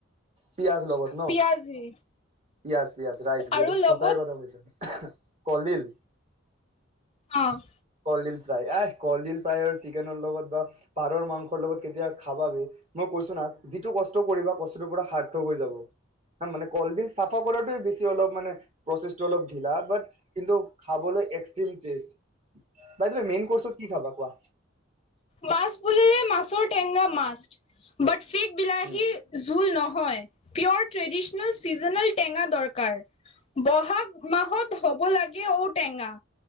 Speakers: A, on the right; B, on the left.
A: পিয়াজ লগত ন?
B: পিয়াজি
A: পিয়াজ পিয়াজ, ৰাইট বে
B: আৰু
A: সঁচাই
B: লগত
A: কথা কৈছা। কলডিল?
B: অ'।
A: কলডিল ফ্ৰাই, আই কলডিল ফ্ৰাই আৰু চিকেনৰ লগত বা পাৰৰ মাংসৰ লগত কেতিয়াবা খা খাবা বে, মই কৈছো না, যিটো কষ্ট কৰিবা কষ্টটোৰ পৰা সাৰ্থক হৈ যাব। মানে কলডিল চাফা কৰাটোৱেই বেছি অলপ মানে প্ৰচেছটো অলপ ঢিলা, বাট কিন্তু খাবলৈ extreme taste. By the way, main কৰ্চত কি খাবা কোৱা।
B: মাছ বুলিলেই মাছৰ টেংঙা মাষ্ট, বাট ফিক বিলাহী,
A: উম
B: জোল নহয়। পিয়'ৰ ট্ৰেডিচনেল চিজনেল টেঙা দৰকাৰ। বহাগ মাহত হ'ব লাগ ঔটেঙা,